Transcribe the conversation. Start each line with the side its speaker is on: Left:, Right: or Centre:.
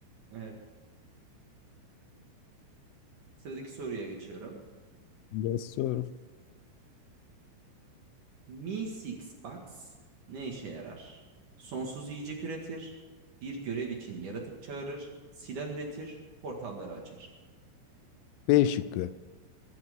Right: Evet. Sıradaki soruya geçiyorum.
Left: Yes sir.
Right: Mi Six Box ne işe yarar? Sonsuz yiyecek üretir. Bir görev için yaratık çağırır. Silah üretir. Portalları açar.
Left: B şıkkı.